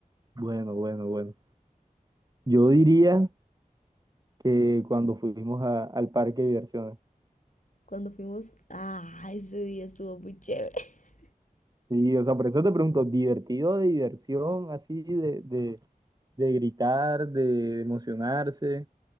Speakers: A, on the right (about 25°); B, on the left (about 60°).
A: Bueno, bueno, bueno. Yo diría que cuando fuimos a- al parque de diversiones.
B: Cuando fuimos, ah, ese día estuvo muy chévere. <laughs>
A: Sí, o sea, por eso te pregunto, ¿divertido de diversión así de, de- de gritar, de emocionarse,